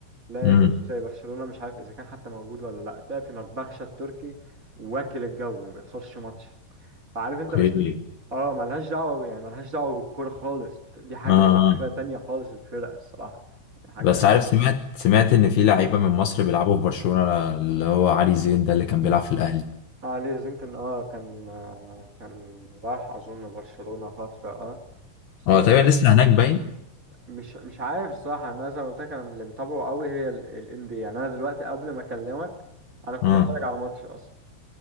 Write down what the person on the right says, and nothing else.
تلاقي
فريق زي برشلونة مش عارف اذا كان حتى موجود ولا لا تلاقي فنربخشة التركي واكل الجو ما بيخسرش ماتش فعارف انت
مش <laughs> اه ملهاش دعوة يعني ملهاش دعوة بالكورة خالص دي حاجة
ودي حاجة تانية خالص الفرق الصراحة يعني حاجة
اه ليه زين كان اه كان آه كان راح اظن برشلونة فترة اه بس
انا
مش مش عارف الصراحة انا زي ما قلت لك انا اللي متابعه قوي هي ال NBA يعني انا دلوقتي قبل ما اكلمك انا كنت
اتفرج على ماتش اصلا